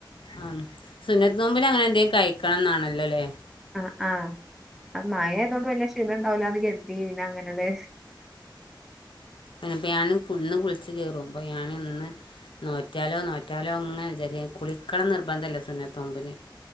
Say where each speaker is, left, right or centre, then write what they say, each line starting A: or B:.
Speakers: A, on the left (about 90°); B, in the centre.
A: ആ സുനത്ത് നുമമ്പിൽ അങ്ങനെ എന്തെും കഴിക്കണംന്നാണല്ലോല്ലേ
B: ആഹ ആ മായായതോൊണ്ട് വല്ല ക്ഷീണ ഉണ്ടാവല അത് കരുത്തി പിന്നെ അങ്ങനെയണ്ട്
A: പ്പോ ഞാൻന്ന് കുളിച്ചച്ച് കയറും അപ്പോ ഞാൻ ഇന്ന് നോറ്റാലോ നോറ്റാലോ അങ്ങനെ വിചരി കുളിക്കണം നിർബന്ധല്ല സുന്നത്തോമ്പിന്